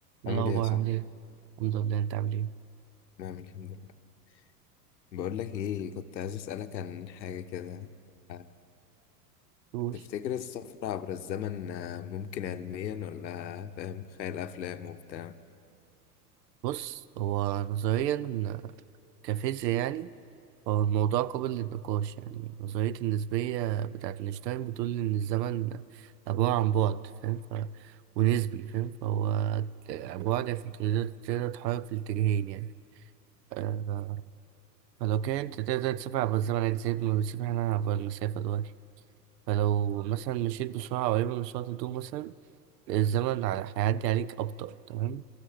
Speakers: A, on the right; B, on the left.
A: ايه
B: عامل
A: الاخبار
B: ايه يا صاحبي؟
A: عامل ايه الحمد لله انت عامل ايه
B: نعم الحمد لله بقول لك ايه كنت عايز اسألك عن حاجة كده آه،
A: قول
B: تفتكر السفر عبر الزمن آه، ممكن علميا ولا فاهم خيال أفلام وبتاع
A: بص هو نظريا كفيزياء يعني هو الموضوع قابل للنقاش يعني نظرية النسبية بتاعت اينشتاين بتقول إن الزمن عبارة عن بعد فاهم ف ونسبي فاهم فهو بعد يعني تقدر تقدر تتحرك في الاتجاهين يعني آه، فلو كان أنت تقدر تسافر عبر الزمن يعني زي ما بنسافر احنا عبر المسافة دلوقتي فلو مثلا مشيت بسرعة قريبة من سرعة الضوء مثلا الزمن ع- هيعدي عليك أبطأ تمام